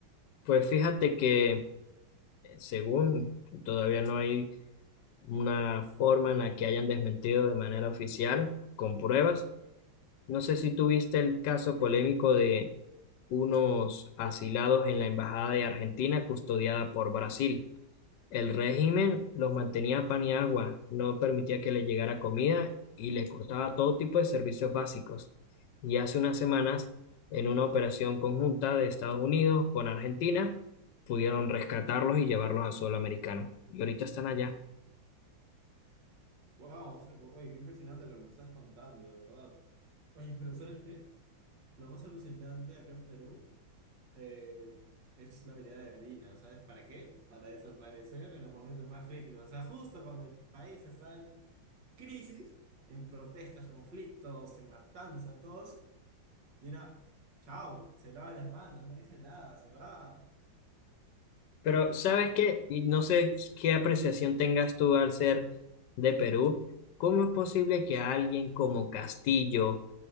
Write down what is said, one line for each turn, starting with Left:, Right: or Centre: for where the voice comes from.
Left: pues fíjate que eh, según todavía no hay una forma en la que hayan desmentido de manera oficial, con pruebas. No sé si tuviste el caso polémico de unos asilados en la Embajada de Argentina custodiada por Brasil. El régimen los mantenía a pan y agua, no permitía que les llegara comida y les cortaba todo tipo de servicios básicos. Y hace unas semanas, en una operación conjunta de Estados Unidos con Argentina, pudieron rescatarlos y llevarlos a suelo americano. Y ahorita están allá.
Right: Wow, oye, qué impresionante lo que me estás contando, de verdad. Oye, pero ¿sabes qué? Lo más alucinante acá en Perú eh, es la habilidad de Dina, ¿sabes para qué? Para desaparecer en los momentos más críticos. O sea, justo cuando el país está en crisis, en protestas, conflictos, en matanza, todos, Dina, chao, se lava las manos, no dice nada, se va.
Left: Pero, ¿sabes qué? Y no sé qué apreciación tengas tú al ser de Perú. ¿Cómo es posible que a alguien como Castillo,